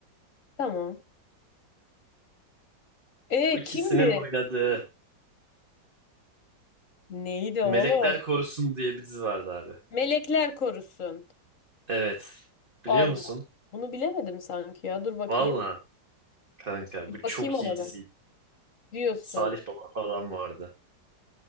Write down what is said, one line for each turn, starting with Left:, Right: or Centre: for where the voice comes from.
Left: Tamam. E
Right: Bu ikisinin
Left: kimdi?
Right: oynadığı
Left: Neydi
Right: Melekler
Left: oğlum?
Right: Korusun diye bir dizi vardı abi.
Left: Melekler korusun.
Right: Evet.
Left: Allah.
Right: Biliyor musun?
Left: Bunu bilemedim sanki ya. Dur bakayım.
Right: Valla kanka
Left: Bir
Right: bu
Left: bakayım
Right: çok
Left: ona
Right: iyi diziydi.
Left: ben. Diyorsun.
Right: Salih Baba falan vardı.